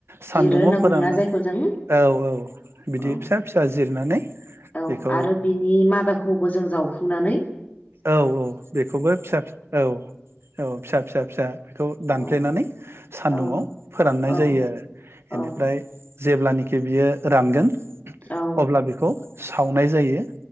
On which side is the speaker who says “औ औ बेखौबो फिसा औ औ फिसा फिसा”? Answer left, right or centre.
Right